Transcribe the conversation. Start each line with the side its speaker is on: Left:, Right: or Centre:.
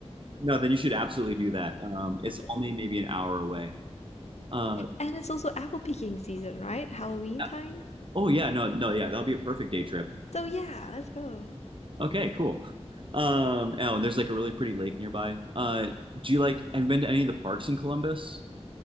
Right: no, then you should absolutely do that. Um, it's
Left: Okay.
Right: only maybe an hour away. Uh,
Left: And it's also apple picking season, right? Halloween
Right: yeah.
Left: time.
Right: oh yeah, no, no, yeah, that'll be a perfect day trip.
Left: So yeah, let's go.
Right: Okay, cool. Um, oh, and there's like a really pretty lake nearby. Uh, do you like, have you been to any of the parks in Columbus?